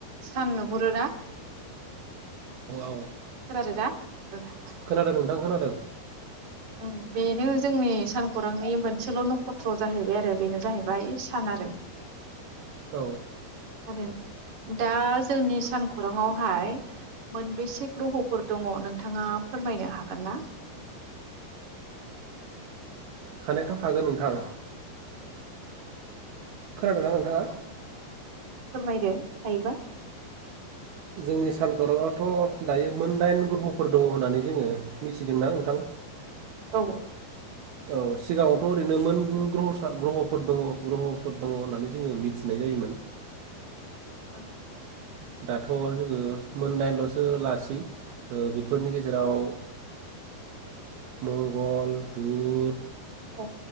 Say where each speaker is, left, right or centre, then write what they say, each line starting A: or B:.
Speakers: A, on the right; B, on the right.
A: सान नुहुरोना
B: औ
A: खोनादों ना? ओ
B: खोनादों नोंथां खोनादों
A: उ बेनो जोंनि सान खौरांनि मोनसेल' नखत्र' जाहैबाय आरो बेनो जाहैबाय सान आरो।
B: औ।
A: आरो दा जोंनि सानखराङावहाय मोनबेसे ग्रहफोर दङ नोंथाङा फोरमायनो हागोन ना?
B: हानायाथ' हागोन नोंथां। खोनादोंना नोंथाङा?
A: औ फोरमायदो। हायोबा।
B: जोंनि सान खौराङावथ' दायो मोन दाइन ग्रह'फोर दङ होननानै जोङो मिथिदोंना नोंथां।
A: औ
B: औ सिगाङावथ' ओरैनो मोन ग्रहसा ग्रह'फोर दङ ग्रह'फोर दङ होननानै जोङो मिथिनाय जायोमोन।
A: ओं।
B: दाथ' जोङो मोनडाइनल'सो सो लासि ओ बेफोरनि गेजेराव मंगल, बुध
A: औ।